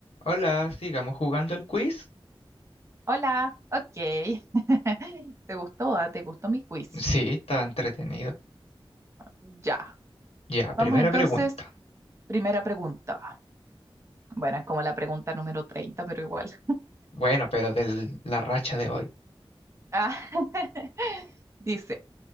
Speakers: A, on the left; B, on the right.
A: Hola, sigamos jugando el quiz.
B: Hola, ok. <laughs> ¿Te gustó? ah? ¿Te gustó mi quiz?
A: Sí, está entretenido.
B: Ya.
A: Ya, primera
B: Vamos entonces,
A: pregunta.
B: primera pregunta. Bueno, es como la pregunta número 30, pero igual.
A: Bueno, pero de la racha de hoy.
B: Ah, <laughs> Dice,